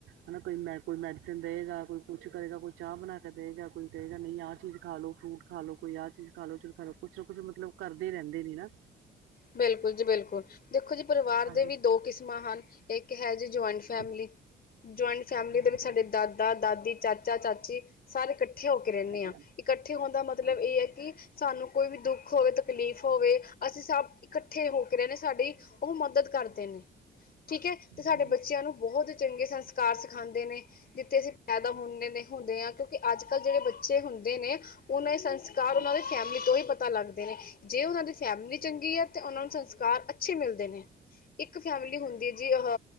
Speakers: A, on the right; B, on the left.
A: ਹਨਾ ਕੋਈ ਮੈ ਕੋਈ ਮੈਡੀਸਨ ਦੇਵੇਗਾ ਕੋਈ ਕੁਛ ਕਰੇਗਾ ਕੋਈ ਚਾਹ ਬਣਾ ਕੇ ਦੇਵੇਗਾ ਕੋਈ ਕਹੇਗਾ ਨਹੀਂ ਆਹ ਚੀਜ਼ ਖਾ ਲਉ ਫਰੂਟ ਖਾ ਲਓ ਕੋਈ ਆਹ ਚੀਜ਼ ਖਾ ਲੋ ਚ ਖਾ ਲ ਲੋ ਕੁਛ ਨਾ ਕੁਛ ਮਤਲਬ ਕਰਦੇ ਹੀ ਰਹਿੰਦੇ ਨੇ ਨਾ
B: ਬਿਲਕੁਲ ਜੀ ਬਿਲਕੁਲ ਦੇਖੋ ਜੀ ਪਰਿਵਾਰ
A: ਹਾਂਜੀ
B: ਦੇ ਵੀ ਦੋ ਕਿਸਮਾਂ ਹਨ ਇੱਕ ਹੈ ਜੀ ਜੁਆਇੰਟ ਫੈਮਿਲੀ
A: ਹਾਂਜੀ
B: ਜੁਆਇੰਟ ਫੈਮਿਲੀ
A: ਹਾਂਜੀ ਹਾਂਜੀ ਹਾਂਜੀ
B: ਦੇ ਵਿੱਚ ਸਾਡੇ ਦਾਦਾ ਦਾਦੀ ਚਾਚਾ ਚਾਚੀ ਸਾਰੇ ਕੱਠੇ ਇਕੱਠੇ ਹੋ ਕੇ ਰਹਿੰਦੇ
A: ਹਾਂਜੀ
B: ਹਾਂ ਇਕੱਠੇ ਹੋਣ ਦਾ ਮਤਲਬ
A: ਹਾਂਜੀ
B: ਇਹ
A: ਹਾਂਜੀ
B: ਹੈ ਕਿ ਸਾਨੂੰ ਕੋਈ ਵੀ ਦੁੱਖ ਹੋਵੇ ਤਕਲੀਫ਼ ਹੋਵੇ ਅਸੀਂ ਸਭ ਇਕੱਠੇ ਹੋ ਕੇ ਰਹੇ ਨੇ ਸਾਡੀ ਉਹ ਮਦਦ ਕਰਦੇ ਨੇ ਠੀਕ ਹੈ
A: ਹਾਂਜੀ
B: ਤੇ ਸਾਡੇ ਬੱਚਿਆਂ ਨੂੰ ਬਹੁਤ ਚੰਗੇ ਸੰਸਕਾਰ ਸਿਖਾਉਂਦੇ ਨੇ ਜਿੱਥੇ ਅਸੀਂ ਪੈਦਾ ਹੁੰਦੇ ਹੁੰਦੇ ਹ ਕਿਉਂਕਿ ਅੱਜ ਕੱਲ੍ਹ ਜਿਹੜੇ ਬੱਚੇ ਹੁੰਦੇ ਨੇ ਉਹਨਾਂ ਸੰਸ ਕਾਰ
A: ਹਾਂਜੀ
B: ਉਹਨਾਂ ਦੇ ਫੈਮਿਲੀ ਤੋਂ ਹੀ ਪਤਾ ਲੱਗਦੇ ਨੇ ਜੇ ਉਹਨਾਂ ਦੀ ਫੈਮਿਲੀ ਚੰਗੀ
A: ਹਾਂਜੀ,
B: ਹੈ ਤੇ ਉਹਨਾਂ ਨੂੰ ਸੰਸਕਾਰ ਅੱਛੇ ਮਿਲਦੇ ਨੇ ਇੱਕ ਫੈਮਿਲੀ
A: ਹਾਂਜੀ,
B: ਹੁੰਦੀ
A: ਹਾਂਜੀ,
B: ਜੀ ਅਹ